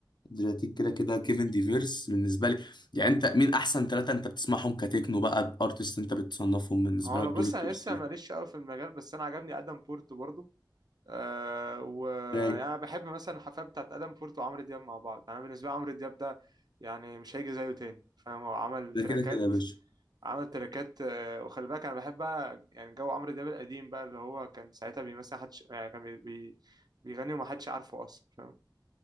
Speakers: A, on the left; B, on the right.
A: ادرياتيك كده كده كيفن ديفيرس بالنسبه لي يعني انت مين احسن ثلاثه انت بتسمعهم كتكنو بقى بارتست انت بتصنفهم بالنسبه
B: هو انا
A: لك
B: بص
A: دول التوب
B: انا لسه
A: 3
B: ماليش قوي في المجال بس انا عجبني ادم بورت برضو أه ويعني
A: ده
B: انا بحب مثلا الحفلات بتاعت ادم بورت وعمرو دياب مع بعض يعني انا بالنسبه لي عمرو دياب ده يعني مش هيجي زيه تاني فاهم هو عمل
A: ده
B: تراكات
A: كده كده يا باشا
B: عمل تريكات آه، وخلي بالك انا بحب بقى يعني جو عمرو دياب القديم بقى اللي هو كان ساعتها بيمثل حدش يعني كان بي بي بيغني وما حدش عارفه اصلا فاهم